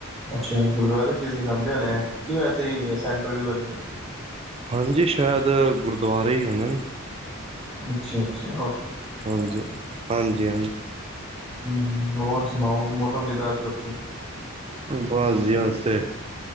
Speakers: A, in the centre; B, on the right.
A: ਅੱਛਾ, ਗੁਰਦੁਆਰੇ ਚ' ਅ ਐ ਸੀਂਖਾਂਦੇ ਹੋਣੇ, ਹੈ ਕੀ ਵੈਸੇ ਹੀ ਸੈਂਟਰ ਵੀ ਬ
B: ਹਾਂਜੀ ਸ਼ੈਦ ਗੁਰਦੁਆਰੇ ਹੀ ਉਨਣ।
A: ਅੱਛਾ-ਅੱਛਾ।
B: ਹਾਂਜੀ, ਹਾਂਜੀ ਹਾਂ।
A: ਹੂੰ ਹੋਰ ਸੁਣਾਓ ਮੌਸਮ ਕਿੱਦਾਂ ਅੱਜ ਔਥੇ?
B: ਬਾਸ ਜੀ ਅੱਜ ਤੇ,